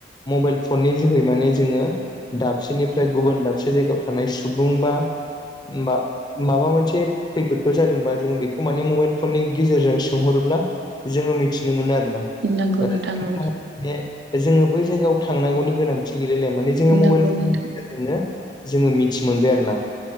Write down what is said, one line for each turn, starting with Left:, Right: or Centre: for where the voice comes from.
Left: मबाइल फननि जोहै माने जोंङो दाबसेनिफ्राय गुबुन दाबसे जायगायाव थानाय सुबुं बा मा माबामोनसे खैफोदफोर जादोंबा जों बेखौ माने मबाइल फननि गेजेरजों सोंहरोब्ला जोंङो मिथिनो मोनो आरोना
Right: नंगौ
Left: <unintelligible>
Right: नोंथां औ
Left: बे जोंङो बै जायगायाव थांनांगौनि गोनांथि गैलालया माने जोंङो
Right: नंगौ
Left: मबेल
Right: नोंथां
Left: जोंनो जोंङो मिथि मोनबाय आरो ना